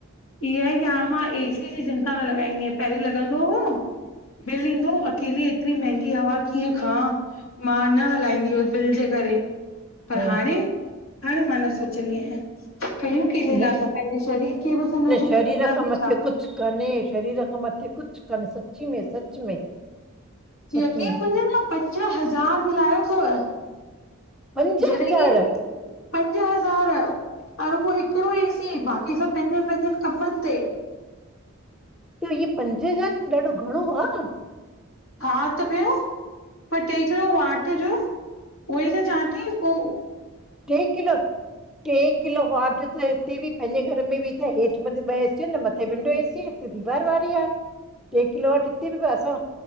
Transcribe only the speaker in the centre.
हा
न
शरीर
खां मथे कुझु कन शरीर खां मथे कुझु कन सची में सच में।
सच में
पंज
हज़ार
त इह पंज हज़ार त ॾाढो घणो आ।
टे किलो। टे किलो व त हिते बि पंहिंजे, घर में बि त हेठ मथे ॿ एसी आहिन। न मथे विंढो एसी आ। त दीवार वारारी आ।
टे किलो वटि हिते, बि असां